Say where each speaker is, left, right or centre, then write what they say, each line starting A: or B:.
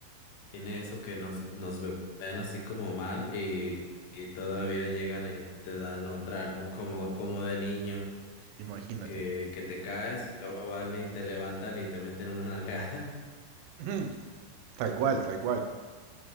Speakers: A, on the left; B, on the right.
A: Tiene eso que nos, nos ve- ven así como mal y, y todavía llegan y te dan otra, ¿no? Como, como de niño,
B: Imagínate.
A: que, que te caes y luego van y te levantan y te meten una nalgada. <laughs>
B: Ujú, Tal cual, tal cual.